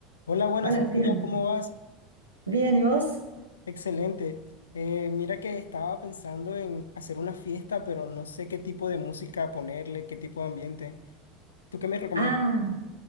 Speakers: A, on the left; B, on the right.
A: Hola, buenas
B: Hola,
A: Cecilia,
B: Steven.
A: ¿cómo vas?
B: Bien, ¿y vos?
A: Excelente. Eh, mira que estaba pensando en hacer una fiesta, pero no sé qué tipo de música ponerle, qué tipo de ambiente. ¿Tú qué me recomiendas?
B: Ah,